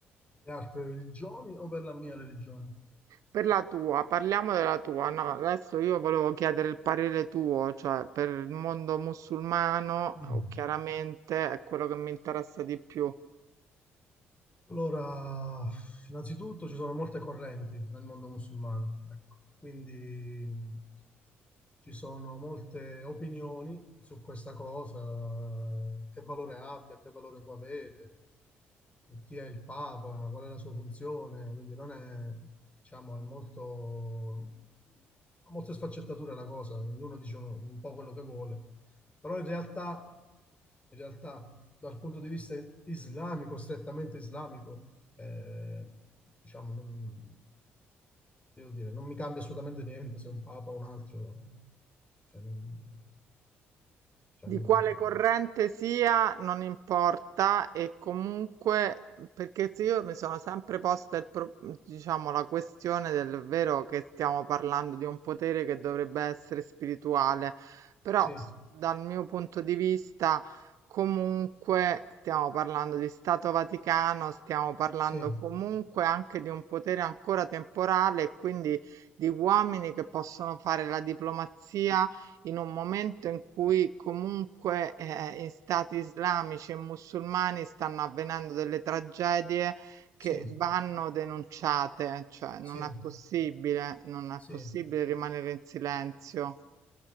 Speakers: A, on the left; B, on the right.
A: altre religioni o per la mia religione?
B: Per la tua, parliamo della tua. No, adesso io volevo chiedere il parere tuo, cioè per il mondo musulmano,
A: Mm.
B: chiaramente è quello che mi interessa di più.
A: Allora, innanzitutto ci sono molte correnti nel mondo musulmano, ecco. Quindi mh, ci sono molte opinioni su questa cosa, che valore abbia, che valore può avere, eh, chi è il Papa, qual è la sua funzione, quindi non è, diciamo, è molto, ha molte sfaccettature la cosa, ognuno dice un un po' quello che vuole. Però in realtà, in realtà, dal punto di vista islamico, strettamente islamico, eh, diciamo, non, devo dire, non mi cambia assolutamente niente se è un papa o un altro. Cioè, non, cioè
B: Di
A: non-
B: quale corrente sia non importa e comunque perché se io mi sono sempre posta il pro- diciamo la questione del vero che stiamo parlando di un potere che dovrebbe essere spirituale, però
A: sì,
B: s- dal mio punto di vista comunque stiamo parlando di Stato Vaticano, stiamo parlando
A: sì,
B: comunque anche di un potere ancora temporale, e quindi di uomini che possono fare la diplomazia in un momento in cui comunque eh, in stati islamici e musulmani stanno avvenendo delle tragedie che
A: sì,
B: vanno denunciate, cioè non
A: sì,
B: è possibile, non è
A: sì.
B: possibile rimanere in silenzio.